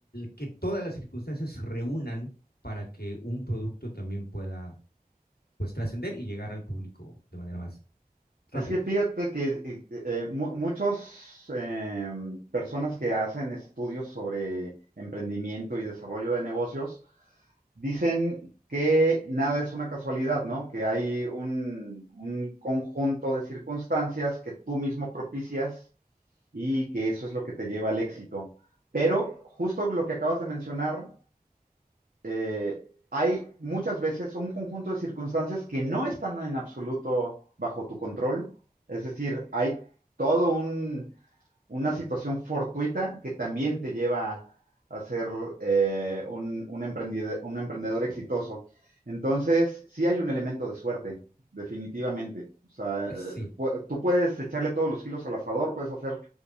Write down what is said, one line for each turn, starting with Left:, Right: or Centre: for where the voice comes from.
Left: que todas las circunstancias se reúnan para que un producto también pueda pues trascender y llegar al público de manera más rápida.
Right: Es que fíjate que eh, eh, mu- muchos eh, personas que hacen estudios sobre emprendimiento y desarrollo de negocios dicen que nada es una casualidad, ¿no? Que hay un, un conjunto de circunstancias que tú mismo propicias y que eso es lo que te lleva al éxito. Pero justo lo que acabas de mencionar eh, hay muchas veces un conjunto de circunstancias que no están en absoluto bajo tu control. Es decir, hay todo un, una situación fortuita que también te lleva a ser eh, un, un, emprendedor, un emprendedor exitoso. Entonces, sí hay un elemento de suerte, definitivamente. O sea, eh,
Left: Sí,
Right: pu- tú puedes echarle todos los kilos al asador, puedes hacer